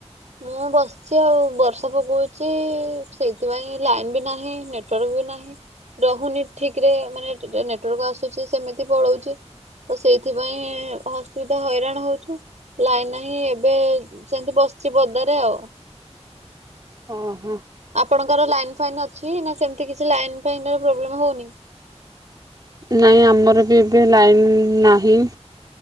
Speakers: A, on the right; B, on the right.
A: ମୁଁ ବସିଚି ଆଉ ବର୍ଷା ପକଉଚି ସେଇଥିପାଇଁ ଲାଇନ ବି ନାହିଁ ନେଟୱାର୍କ ହୁ ନାହଁ ରହୁନି ଠିକରେ ମାନେ ନେଟୱର୍କ ଆସୁଚି ସେମିତି ପଳଉଚି। ତ ସେଇଥିପାଇଁ ଅସୁବିଧା ହଇରାଣ ହଉଚୁ, ଲାଇନ ନାହିଁ ଏବେ ସେମତି ବସି ବଦାରେ ଆଉ।
B: ଓ ହୋ।
A: ଆପଣଙ୍କର ଲାଇନ ଫାଇନ୍ ଅଛି ନା ସେମିତି କିଛି ଲାଇନ ଫାଇନ ପ୍ରୋବ୍ଲେମ ହଉନି।
B: ନାଇଁ ଆମର ବି ଏବେ ଲାଇନ ନାହିଁ